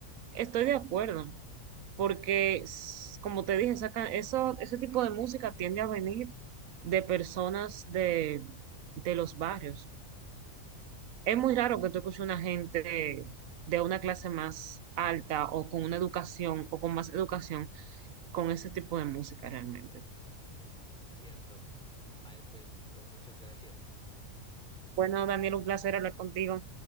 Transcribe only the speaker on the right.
estoy de acuerdo, porque s- como te dije, saca, eso, ese tipo de música tiende a venir de personas de, de los barrios. Es muy raro que tú escuches una gente de una clase más alta o con una educación o con más educación con ese tipo de música realmente.
Bueno, Daniel, un placer hablar contigo.